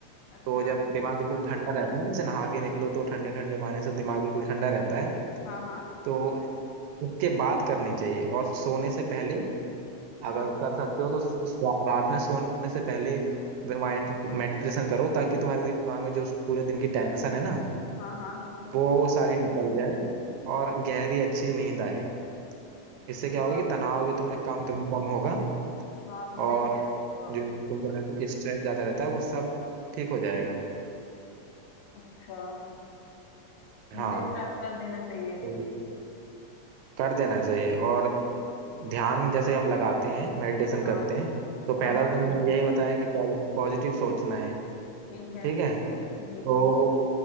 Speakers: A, on the left; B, on the right.
A: अच्छा
B: तो जब दिमाग बिल्कुल ठंडा रहता है ना जैसे नहा के निकलो तो ठंडे ठंडे पानी से दिमाग बिल्कुल ठंडा रहता है
A: हाँ हाँ
B: तो उसके बाद करनी चाहिए और सोने से पहले
A: हाँ
B: अगर कर सकते हो तो स- स- रात में सोने से पहले माइंड मेडिटेशन करो ताकि तुम्हारे दिमाग में जो उस पूरे दिन की टेंशन है ना
A: हाँ हाँ बिल्कुल
B: वो वो सारी निकल जाए और गहरी अच्छी नींद आए
A: हाँ
B: इससे क्या होगा कि तनाव भी तुम्हें कम तुम्हें कम होगा
A: हाँ सही
B: और
A: कह रहे हो
B: जो तुम कह रहे हो स्ट्रेस ज्यादा रहता है वो सब ठीक हो जाएगा
A: अच्छा तो
B: हाँ
A: मुझे स्टार्ट कर देना चाहिए
B: तो कर देना चाहिए और ध्यान जैसे हम लगाते हैं मेडिटेशन
A: हाँ
B: करते हैं तो पहला
A: हाँ हाँ
B: तो तुमने यही बताया कि पॉजिटिव सोचना है
A: ठीक है
B: ठीक है
A: हम्म
B: तो